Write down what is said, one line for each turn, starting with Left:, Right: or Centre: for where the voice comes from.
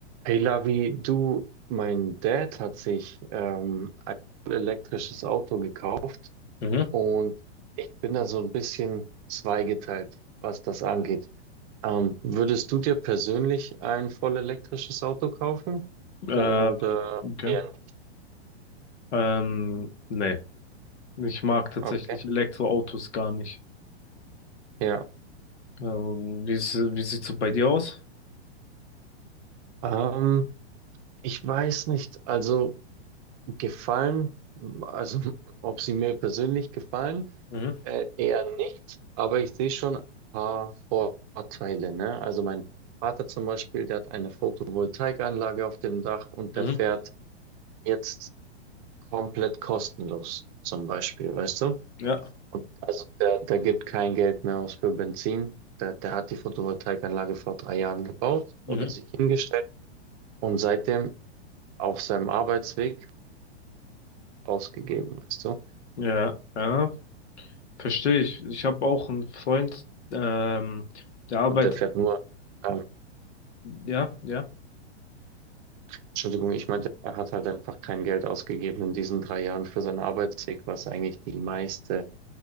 Right: Hey Lavi, du, mein Dad hat sich ähm, ein elektrisches Auto gekauft
Left: Mhm.
Right: und ich bin da so ein bisschen zweigeteilt, was das angeht. Ähm, würdest du dir persönlich ein voll elektrisches Auto kaufen
Left: Äh,
Right: oder
Left: okay.
Right: eher nicht?
Left: Ähm, nee. Ich mag tatsächlich
Right: Okay.
Left: Elektroautos gar nicht.
Right: Ja,
Left: Ähm, wie ist, wie sieht's so bei dir aus?
Right: ähm, ich weiß nicht, also gefallen, also <laughs> ob sie mir persönlich gefallen.
Left: Mhm.
Right: Äh, eher nicht, aber ich sehe schon ein paar Vorteile, ne? Also mein Vater zum Beispiel, der hat eine Photovoltaikanlage auf dem Dach und
Left: Mhm.
Right: der fährt jetzt komplett kostenlos, zum Beispiel, weißt du?
Left: Ja.
Right: Und also der, der gibt kein Geld mehr aus für Benzin. Der, der hat die Photovoltaikanlage vor drei Jahren gebaut oder
Left: Mhm.
Right: sich hingestellt und seitdem auf seinem Arbeitsweg ausgegeben, weißt du?
Left: Ja. Ja. Verstehe ich. Ich habe auch einen Freund, ähm, der arbeitet.
Right: Und der fährt nur ähm,
Left: Ja, ja.
Right: Entschuldigung, ich meinte, er hat halt einfach kein Geld ausgegeben in diesen drei Jahren für seinen Arbeitsweg, was eigentlich die meiste,